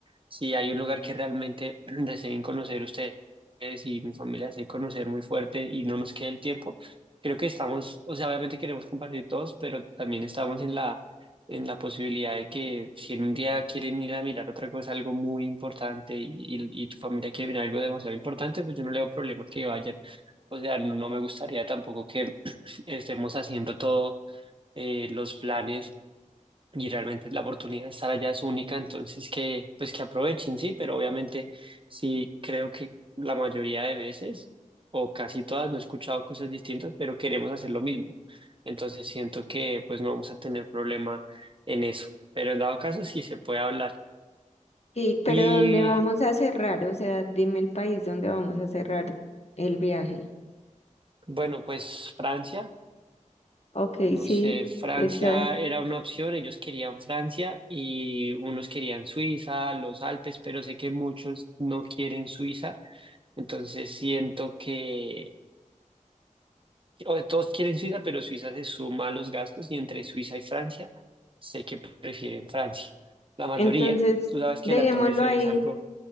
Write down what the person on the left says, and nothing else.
sí, pero
¿dónde vamos a cerrar? O sea, dime el país donde vamos a cerrar el viaje.
Ok,
sí,
está.
Entonces,
dejémoslo
ahí.